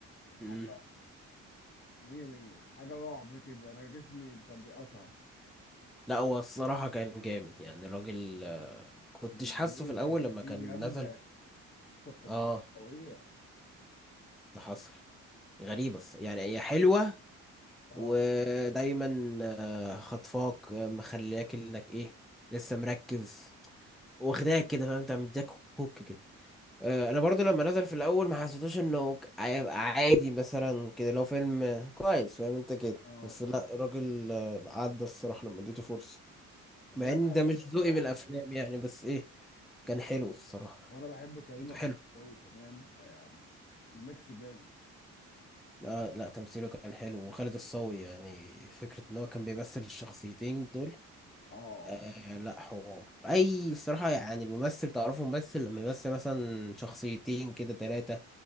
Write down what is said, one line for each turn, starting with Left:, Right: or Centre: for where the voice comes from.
Left: حاجه
Centre: مم.
Left: مية مية حاجه رعب كده انا جسمي كان بيقشعر
Centre: لا هو الصراحة كان جامد يعني الراجل آه،
Left: اه
Centre: كنتش
Left: الميوزك
Centre: حاسه في الاول لما
Left: فيه
Centre: كان
Left: جامده
Centre: نزل
Left: موسيقى التصوير
Centre: اه
Left: قويه
Centre: ده حصل غريبة الص- يعني هي حلوة
Left: اه
Centre: ودايما آه، خطفاك آه، مخلياك انك ايه لسه مركز واخداك كده فاهم انت مديك هوك كده آه، انا برضو لما نزل في الاول ما حسيتوش انه ك- هيبقى عادي مثلا كده لو فيلم آه، كويس فاهم انت كده
Left: اه
Centre: بس
Left: اه
Centre: لا راجل آه، عدى الصراحة لما اديته فرصة
Left: لا
Centre: مع ان ده مش ذوقي
Left: قوي
Centre: بالافلام يعني بس ايه كان حلو الصراحة
Left: وانا بحب كريم
Centre: كانت
Left: عبد
Centre: حلو
Left: العزيز قوي كمان فيعني الميكس جامد
Centre: لا لا تمثيله كان حلو وخالد الصاوي يعني فكرة ان هو كان بيمثل الشخصيتين دول
Left: اه
Centre: آه لا حوار اي الصراحة يعني الممثل تعرفه ممثل لما يمثل مثلا شخصيتين كده تلاتة